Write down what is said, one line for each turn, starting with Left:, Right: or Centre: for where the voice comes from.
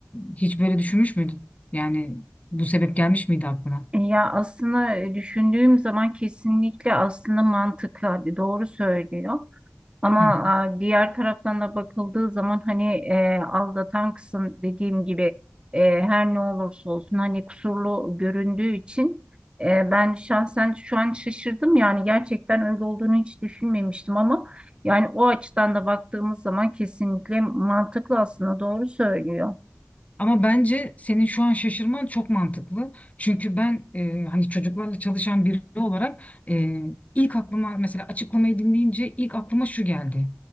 Left: hiç böyle düşünmüş müydün? Yani bu sebep gelmiş miydi aklına?
Right: Ya aslında e, düşündüğüm zaman kesinlikle aslında mantıklı, Hadi doğru söylüyor. Ama
Left: Hı hı.
Right: a, diğer taraftan da bakıldığı zaman hani e, aldatan kısım dediğim gibi e, her ne olursa olsun hani kusurlu göründüğü için e, ben şahsen şu an şaşırdım yani gerçekten öyle olduğunu hiç düşünmemiştim ama yani o açıdan da baktığımız zaman kesinlikle mantıklı aslında doğru söylüyor.
Left: Ama bence senin şu an şaşırman çok mantıklı. Çünkü ben e, hani çocuklarla çalışan biri olarak e, ilk aklıma mesela açıklamayı dinleyince ilk aklıma şu geldi.